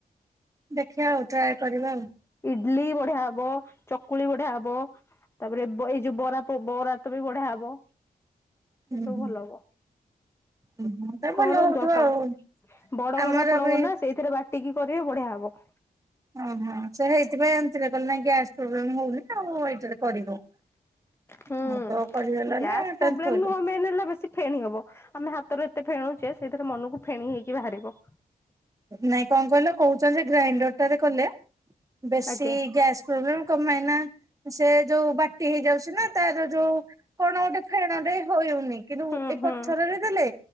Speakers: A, on the right; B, on the left.
A: ଦେଖିଆ ଆଉ ଟ୍ରାଏ କରିବା ଆଉ।
B: ଇଡଲି ବଢିଆ ହବ, ଚକୁଳି ବଢିଆ ହବ। ତାପରେ ଏଇ ଯୋଉ ବରା ବରା ତ ବି ବଢିଆ ହବ।
A: ହୁଁ
B: ଏସବୁ
A: ହୁଁ।
B: ଭଲ ହବ
A: ଓହୋ ତ ଭଲ
B: କରନ୍ତୁ
A: ହଉଥିବ
B: ଆପଣ।
A: ଆଉ
B: ବଡ
A: ଆମର
B: ଘର ଆପଣଙ୍କର
A: ବି
B: ନା ସେଇଥିରେ ବାଟିକି କରିବେ ବଢିଆ ହବ।
A: ଓହୋ ସେଇଥିପାଇ ଏମତିରେ କଲେ ନା ଗ୍ୟାସ୍ ପ୍ରୋବ୍ଲେମ ହଉନି ଆଉ ଏ କରିବ
B: ହୁଁ
A: ହଉ ତ କରିହେଲାନି
B: ଗ୍ୟାସ୍
A: <unintelligible>
B: ପ୍ରୋବ୍ଲେମ ନୁହଁ ମେନ୍ ହେଲା ବେଶୀ ଫେଣି ହବ ଆମେ ହାତରୁ ଏତେ ଫେଣୁଛେ ସେଇଥିରେ ମନକୁ ଫେଣି ହେଇକି ବାହାରିବ।
A: ନାଇଁ କଣ କହିଲ କହୁଛନ୍ତି ଯେ ଗ୍ରାଇଣ୍ଡରଟାରେ କଲେ ବେଶୀ
B: ଆଜ୍ଞା
A: ଗ୍ୟାସ୍ ପ୍ରବ୍ଲେମ କଣ ପାଇଁ ନା ସେ ଯୋଉ ବାଟି ହେଇଯାଉଛି। ନା ତାର ଯୋଉ କଣ ଗୋଟେ ଫେଣଟେ ହଉନି କିନ୍ତୁ
B: ହୁଁ
A: ଏଇ
B: ହୁଁ
A: ପଥରରେ ଦେଲେ